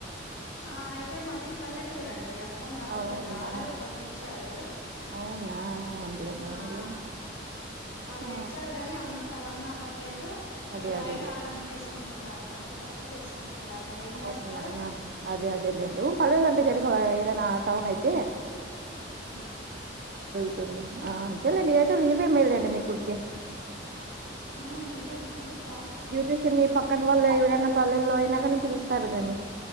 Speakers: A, on the left; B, on the right.
A: ఆహ్ అయితే మాది పల్లెటూరండి అక్కడ నడవదది
B: అవునా
A: ఆల్రెడి ఒకళు తెచ్చారు.
B: అవునా అవునులేండి అవునులేండి
A: ఆహ్ వాళ్
B: ఆ
A: తెచ్చారు గాని అంత రన్ అవ్వట్లేదు.
B: అదే
A: ఇగ
B: అదేలే
A: బయట ఆర్డర్స్ తీసుకుంటున్నారు తక్కువ తక్కువ వేసుకుంటున్నారు మరి ఏం చేస్తారు.
B: అవునా అదే అదే లేండి ఊ పల్లెల్లంటే జరిగవాయే ఏదనా టౌన్ అయితే
A: ఉమ్మ్
B: అంతేలేండ్ ఆ అంతేలేండి ఏదొ ఇవే మేల్ లేండి మీక్ కుర్కే
A: ఉ ఇదిప్ ఇదిప్
B: బ్యూటీషియన్ మీ పక్కన్ వల్లయి ఎవరైనా పల్లెల్లో అయినా గానీ పిలుస్తారు గని